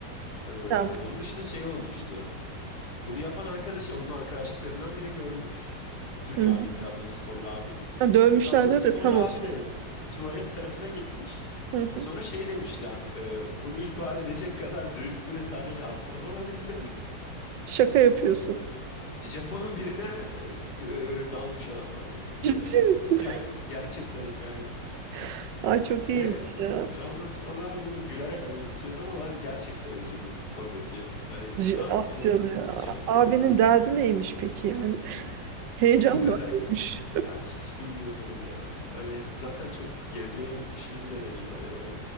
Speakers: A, on the left; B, on the right.
A: E,
B: Ya,
A: onun dışında şey olmuştu. Bunu yapan arkadaşı onun arkadaşlarından biri görmüş. Türk
B: Hı
A: abi,
B: hı.
A: Trabzonsporlu abi.
B: Ha, dövmüşlerdi
A: Trabzonsporlu
B: de tam olsun.
A: abi de tuvalet tarafına gitmiş.
B: Hı hı.
A: Sonra şey demişler, e, bunu ihbar edecek kadar dürüst biri sadece Asyalı olabilir
B: Şaka yapıyorsun.
A: Japon'un birine e, e, dalmış adamlar durduk
B: Ciddi
A: yere.
B: misin?
A: Hikaye, gerçekten hikaye bu.
B: <laughs> Ay çok iyiymiş
A: Ve
B: ya.
A: Trabzonsporlu abi bunu gülerek anlatıyordu ama ben gerçekten üzüldüm oradaki. Hani
B: C-
A: rastgele
B: Asyalı ya.
A: Japon
B: Abinin
A: turist.
B: derdi neymiş peki yani? <laughs> Heyecan
A: <laughs>
B: mı
A: Yani,
B: arıyormuş?
A: ya hiç bilmiyorum ya. Hani zaten çok gezmeye gitmiş gibi de değil hani böyle.